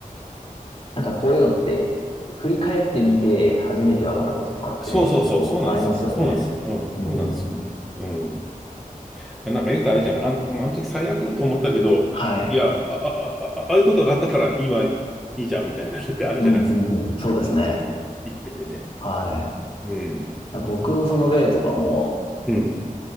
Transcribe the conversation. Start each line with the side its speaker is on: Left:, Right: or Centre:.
Left: なんかこういうのって、振り返ってみて初めてわかることとかってね、
Centre: そうそうそう、
Left: 結構ありますよね。
Centre: そうなんですよ。そうなんですよ。うん。
Left: うん。
Centre: そうなんですよね。うん。なんかよくあるじゃない。あん、あの時最悪と思ったけど、
Left: はい。
Centre: いや、あ、あ、あ、あああいうことがあったから今いいじゃんみたいなのってあるじゃないですか。
Left: うん、うん、うん。そうですね。
Centre: 生きててね。
Left: はい。
Centre: うん。
Left: だ僕のその例とかも、
Centre: うん。